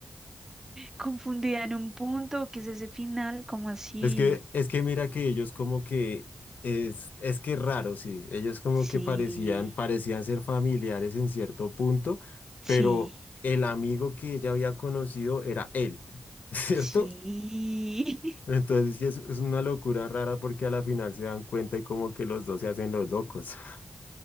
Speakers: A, on the right; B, on the left.
A: Confundida en un punto. ¿Qué es ese final? ¿Cómo así?
B: Es que, es que mira que ellos como que es, es que es raro, sí. Ellos como
A: Sí,
B: que parecían, parecían ser familiares en cierto punto,
A: sí,
B: pero el amigo que ella había conocido era él, <laughs> ¿cierto?
A: sí.
B: Entonces sí, es, es una locura rara porque a la final se dan cuenta y como que los dos se hacen los locos. <laughs>